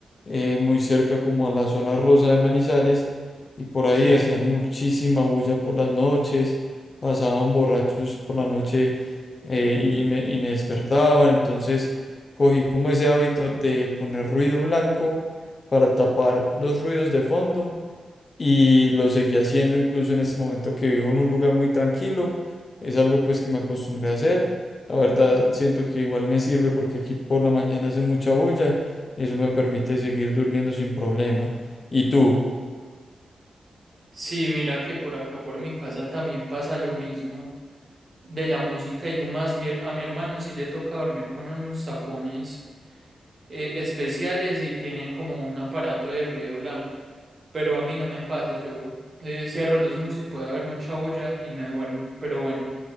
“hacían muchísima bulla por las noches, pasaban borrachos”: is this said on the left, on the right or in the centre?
Left